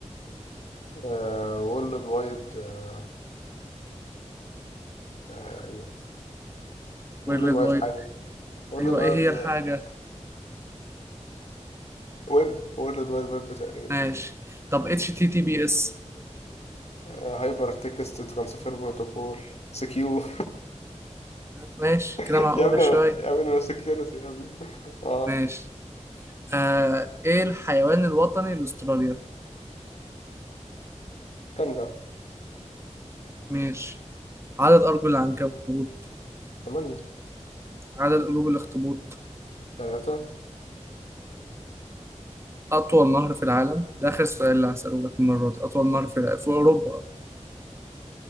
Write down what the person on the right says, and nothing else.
World
Wide
أيوه
إيه هي
الحاجة
ماشي طب HTTPS
ماشي
كده معقولة
شوية
ماشي آه إيه الحيوان الوطني لأستراليا
ماشي عدد أرجل العنكبوت
عدد قلوب الأخطبوط
أطول نهر في العالم ده آخر سؤال اللي هسأله لك المرة دي أطول نهر في الع... في أوروبا